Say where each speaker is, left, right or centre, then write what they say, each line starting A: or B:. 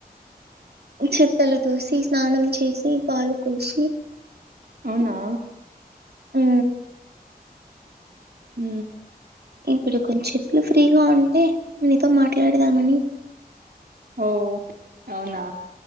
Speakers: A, on the right; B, on the right.
A: చెత్తలు తూసి స్నానం చేసి పాలు కొలిచి
B: అవునా
A: ఉ
B: ఉ
A: ఇప్పుడు కొంచె చెపులు ఫ్రీగా ఉంటే నీతో మాట్లాడదామని
B: ఓ అవునా